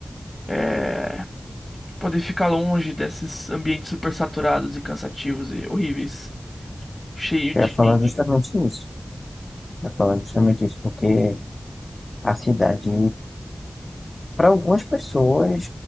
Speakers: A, on the left; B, on the left.
A: é, poder ficar longe desses ambientes super saturados e cansativos e horríveis, cheio
B: Eu
A: de
B: ia falar
A: gente.
B: justamente isso. Eu ia falar justamente isso, porque a cidade Para algumas pessoas,